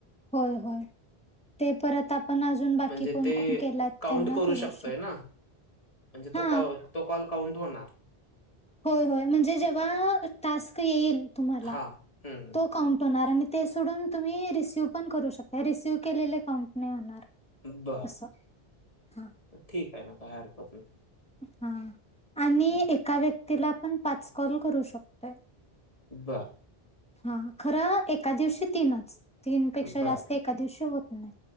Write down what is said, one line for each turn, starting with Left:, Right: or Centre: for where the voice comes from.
Centre: होय, होय ते परत आपण अजून बाकी
Left: म्हणजे
Centre: कोण
Left: ते
Centre: -कोण केल्यात
Left: काउंट
Centre: त्यांना करू
Left: शकतोय
Centre: शकतो.
Left: ना. म्हणजे तो,
Centre: हा
Left: तो कॉल काउंट होणार.
Centre: होय, होय म्हणजे जेव्हा टास्क येईल तुम्हाला,
Left: हां, हं.
Centre: तो काउंट होणार आणि ते सोडून तुम्ही रिसीव्ह पण करू शकताय, रिसीव्ह केलेले काउंट नाहीत होणार.
Left: बर
Centre: असं हा
Left: ठीक आहे ना, काय हरकत नाही.
Centre: हा, आणि
Left: हं.
Centre: एका व्यक्तीला आपण पाच कॉल करू शकतोय.
Left: बर.
Centre: हा, खरं एका दिवशी तीनच, तीन पेक्षा
Left: बरं,
Centre: जास्त एका दिवशी होत नाही.